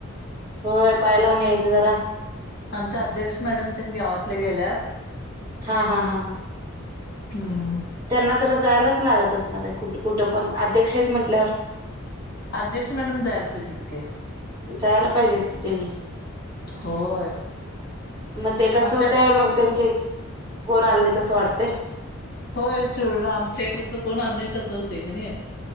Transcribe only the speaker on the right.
होय पाय लावून यायचं जरा
हा हा हा हा
त्यांना जरा जायलाच लागत असणार आहे कुठ कुठं पण अध्यक्ष आहेत म्हटल्यावर
जायला पाहिजेत कि तेनी
म ते कस
होतंय मग त्यांची कोण आली नहीत असं वाटतय